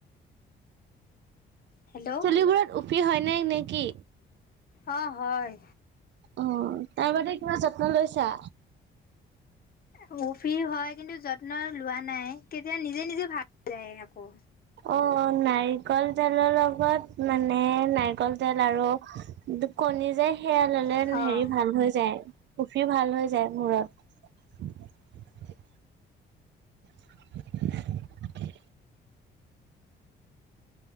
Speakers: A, on the left (about 50°); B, on the right (about 65°).
A: হেল্ল'?
B: চুলিবোৰত উফি হয়নে, নে কি?
A: অ', হয়,
B: অ', তাৰ বাবে কিবা যত্ন লৈছা?
A: এ উফি হয় কিন্তু যত্ন লোৱা নাই, তেতিয়া নিজে নিজে ভাল হৈ যায় আকৌ।
B: অ', নাৰিকল তেলৰ লগত, মানে নাৰিকল তেল আৰু কণী যে সেয়া ল'লে
A: অ',
B: হেৰি ভাল হৈ যায়। উফি ভাল হৈ যায় মূৰত। <inaudible>